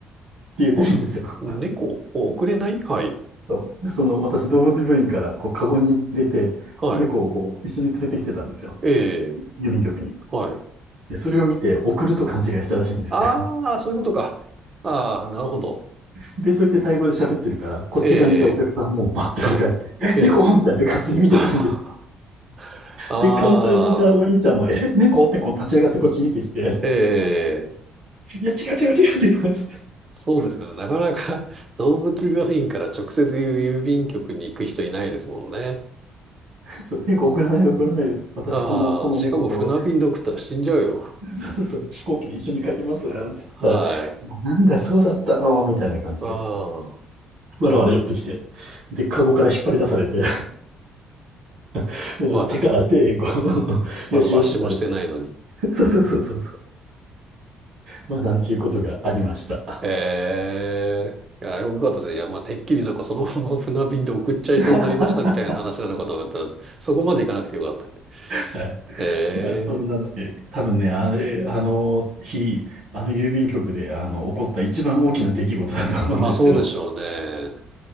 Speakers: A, on the right; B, on the right.
A: 言ってるんですよ。
B: お。猫、お遅れないはい。
A: <laughs> そうでその、私、動物病院から、こう、カゴに入れて、
B: はい。
A: 猫をこう、一緒に連れてきてたんですよ。
B: ええ、
A: 郵便局に。
B: はい。
A: で、それを見て送ると勘違いしたらしいんですよ。
B: ああ、そういうことか。ああ、なるほど。
A: <laughs> で、そうやってタイ語で喋ってるから、こっち側にいたお客さんもバッと振り返って、
B: ええ、はい。
A: え、
B: ええ。
A: 猫みたいな感じで見てくるんです。
B: <laughs> ああ、
A: で、カウンターにいたお兄ちゃんも、え、猫ってこう立ち上がってこっち見てきて、
B: ええ、
A: いや、違う違う違う違うっつっ
B: そうですよね。なかなか <laughs> 動物病院から直接郵便局に行く人いないですもんね。
A: て、そう、猫送らないで送らないです。私、
B: ああ、
A: この、この猫と、
B: しかも船便で送ったら死んじゃうよ。
A: そうそうそう、飛行機で一緒に帰りますって言ったら、
B: はい。
A: なんだ、そうだったのみたいな感じで。
B: ああ、
A: わらわら寄ってきて。で、カゴから引っ張り出されて、<laughs> もう手から手、
B: まだ、
A: こ
B: まだ抜死もしてないのに。
A: う、<laughs> よしよしされて。そうそうそうそう。まあ、なんていうことがありました。
B: ええいや、よかったですね。いや、まあ、てっきりなんかそのまま <laughs> 船便で送っちゃいそうになりましたみたいな話なのかと思ったら、
A: <laughs>
B: そこまで行かなくてよかった。
A: はい。
B: ええ
A: まあ、そんなので、多分ね、あれ、あの日、あの郵便局で、あの、起こった一番大きな出来事だと思うんですよ。
B: まあそうでしょうね。